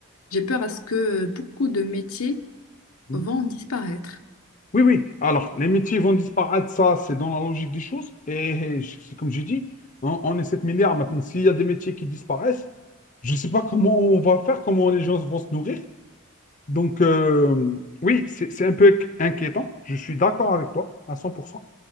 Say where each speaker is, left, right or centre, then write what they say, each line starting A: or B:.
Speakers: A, on the left; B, on the left.
A: j'ai peur à ce que beaucoup de métiers
B: Mhm.
A: vont disparaître.
B: Oui, oui. Alors, les métiers vont disparaître, ça, c'est dans la logique des choses. Et je- c'est comme j'ai dit, hein, on est 7 milliards maintenant. S'il y a des métiers qui disparaissent, je ne sais pas comment on va faire, comment les gens vont se nourrir. Donc, euh, oui, c'est c'est un peu inquiétant. Je suis d'accord avec toi à cent pour cent